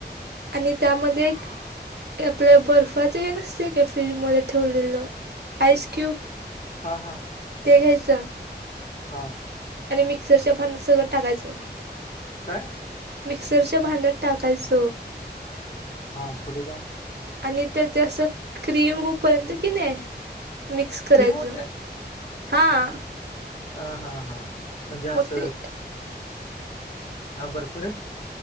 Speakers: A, on the right; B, on the left.
A: आणि त्यामध्ये एक आपल बर्फाच हे नसते का फ्रीज मध्ये ठेवलेल आइस क्यूब
B: हां हां
A: ते घ्यायच
B: हां
A: आणि मिक्सरच्या भांड्यात सगळ टाकायच
B: काय
A: मिक्सरच्या भांड्यात टाकायच
B: हां पुढे काय
A: आणि त्याच अस क्रीम होपर्यंत कि नाही मिक्स करायच
B: क्रीम होत्या
A: हां
B: हा हां हां म्हणजे
A: मग
B: अस
A: ते
B: हां भरपुर हे